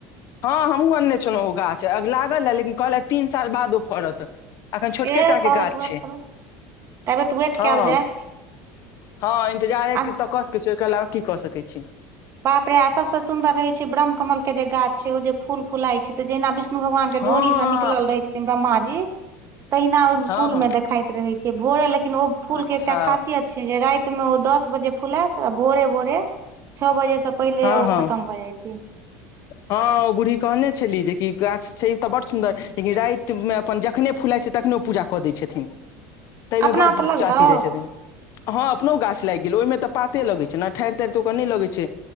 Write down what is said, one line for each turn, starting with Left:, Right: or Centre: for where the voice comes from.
Left: हँ हमहूँ अनने छलहुँ ओ गाछ, लागल ए लेकिन कहलक तीन साल बाद ओ फड़त। अखन छोटके
Right: ए
Left: टाके
Right: ताबत
Left: गाछ
Right: वेट
Left: छै
Right: करू ताबत वेट
Left: हँ।
Right: कयल जाय
Left: हँ इन्तजारे
Right: आ
Left: के तऽ कऽ सकै छी, ओय के अलावा की कऽ सकै छी।
Right: बाप रे आ सभसँ सुन्दर रहै छै ब्रह्म कमल के जे गाछ छै, ओ जे फूल फूलाइ छै तऽ जहिना विष विष्णु भगवान के
Left: हँ
Right: डोरी स निकलल रहै छथिन ब्रह्म जी, तहिना ओ
Left: हँ
Right: फूल
Left: हँ
Right: में देखाइत रहै। छै, भोरे लेकिन ओ फूल
Left: अच्छा
Right: के एकटा खासियत छै जे राइत में ओ दस बजे फुलैत आ भोरे-भोरे छऽ बजे स पहिले
Left: हँ
Right: ओ
Left: हँ
Right: खतम भऽ जाइ छै।
Left: हँ ओ बूढ़ी कहने छेली, जेकी गाछ छै तऽ बड सुंदर लेकिन राइत में अपन जखने फुलाय छै तखने ओ पूजा कऽ दै छथिन, तय में
Right: अपना
Left: बड
Right: तऽ लगलौ
Left: चाची रहै छथिन। हँ अपनो गाछ लाइग गेल, ओय में तऽ पाते लगै छै न ठाइर-ताइर तऽ ओकर नै लगै छै।